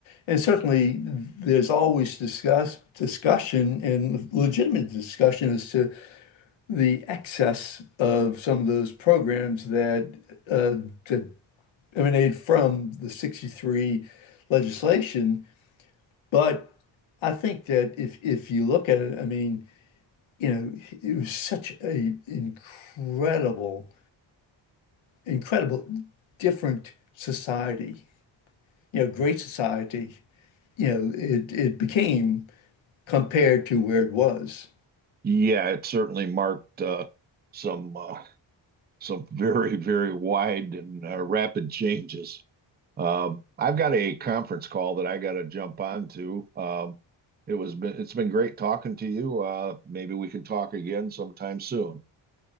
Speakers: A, on the left (about 80°); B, on the right (about 25°).
A: and certainly there's always discuss, discussion and legitimate discussion as to the excess of some of those programs that, uh, that emanate from the 63 legislation. But I think that if if you look at it, I mean, you know, it was such a incredible, incredible different society, you know, great society, you know, it it became compared to where it was.
B: Yeah, it certainly marked uh, some uh, some very, very wide and uh, rapid changes. Um, I've got a conference call that I got to jump on to. Um, it was been, it's been great talking to you. Uh, maybe we can talk again sometime soon.